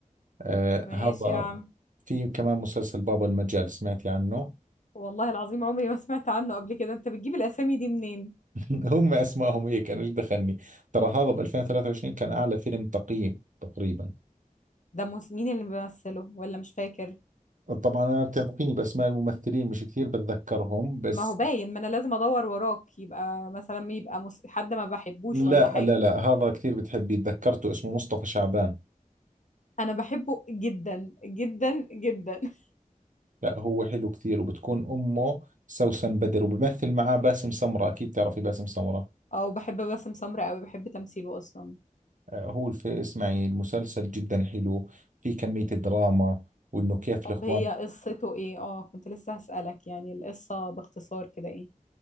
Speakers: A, on the right; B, on the left.
A: آه
B: ماشي
A: هذا
B: يا عم
A: في كمان مسلسل بابا المجال سمعتي عنه
B: والله العظيم عمري ما سمعت عنه قبل كده انت بتجيب الاسامي دي منين
A: <laughs> هم اسمائهم هيك انا ايش دخلني ترى هذا ب 2023 كان اعلى فيلم تقييم تقريبا
B: ده مس- مين اللي بيمثله ولا مش فاكر
A: طبعا انا بتعرفيني باسماء الممثلين مش كثير بتذكرهم بس
B: ما هو باين ما انا لازم ادور وراك يبقى مثلا يبقى مس... حد ما بحبوش
A: لا
B: ولا حاجه
A: لا لا هذا كثير بتحبيه تذكرته اسمه مصطفى شعبان
B: انا بحبه جدا جدا جدا <laughs>
A: لا هو حلو كثير وبتكون امه سوسن بدر وبمثل معاه باسم سمرة اكيد تعرفي باسم سمرة
B: اه وبحب باسم سمرة قوي بحب تمثيله اصلا
A: آه، هو الف... اسمعي المسلسل جدا حلو في كمية الدراما وإنه كيف
B: طب
A: الإخوان
B: هي قصته ايه اه كنت لسه هسألك يعني القصه باختصار كده ايه